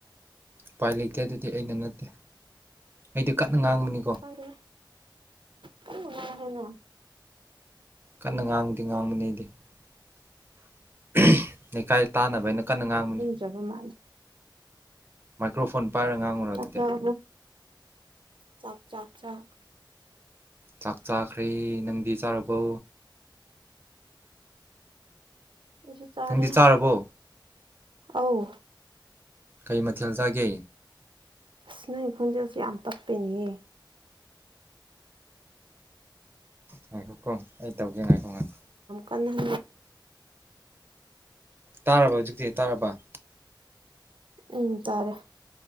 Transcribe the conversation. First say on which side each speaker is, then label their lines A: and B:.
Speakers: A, on the right; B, on the right.
A: ꯎꯄꯥꯏ ꯂꯩꯇꯦ ꯑꯗꯨꯗꯤ ꯑꯩꯅ ꯅꯠꯇꯦ ꯑꯩꯗꯤ ꯀꯟꯅ ꯉꯥꯡꯕꯅꯤ
B: ꯈꯪꯗꯦ ꯇꯞꯅ <unintelligible>
A: ꯀꯟꯅ ꯉꯥꯡꯕꯗꯤ ꯉꯥꯡꯕꯅꯤ ꯑꯩꯗꯤ ꯎꯨꯝꯍ ꯂꯩꯀꯥꯏ ꯇꯥꯅꯕ ꯑꯩꯅ ꯀꯟꯅ ꯉꯥꯡꯕꯅꯤ
B: ꯇꯕ ꯃꯥꯜꯂꯦ
A: ꯃꯥꯏꯀ꯭ꯔꯣꯐꯣꯟ ꯄꯥꯏꯔꯒ ꯉꯥꯡꯉꯨꯔꯣ
B: ꯆꯥꯛ
A: ꯑꯗꯨꯗꯤ
B: ꯆꯥꯔꯕꯣ ꯆꯥꯛ ꯆꯥꯛ ꯆꯥꯛ
A: ꯆꯥꯛ ꯆꯥꯈ꯭ꯔꯦ ꯅꯪꯗꯤ ꯆꯥꯔꯕꯣ
B: ꯑꯩꯁꯨ ꯆꯥꯔꯦ
A: ꯅꯪꯗꯤ ꯆꯥꯔꯕꯣ
B: ꯑꯧ
A: ꯀꯩ ꯃꯊꯦꯜ ꯆꯥꯒꯦ
B: ꯑꯁ ꯅꯪꯒꯤ ꯈꯣꯟꯖꯦꯜꯁꯦ ꯌꯥꯝ ꯇꯞꯄꯦꯅꯦꯍꯦ
A: ꯉꯥꯏꯈꯣꯀꯣ ꯑꯩ ꯇꯧꯒꯦ ꯉꯥꯏꯈꯣ ꯉꯥꯏꯈꯣ
B: ꯄꯟ
A: ꯇꯥꯔꯕ ꯍꯧꯖꯤꯛꯇꯤ ꯇꯥꯔꯕ
B: ꯎ ꯇꯥꯔꯦ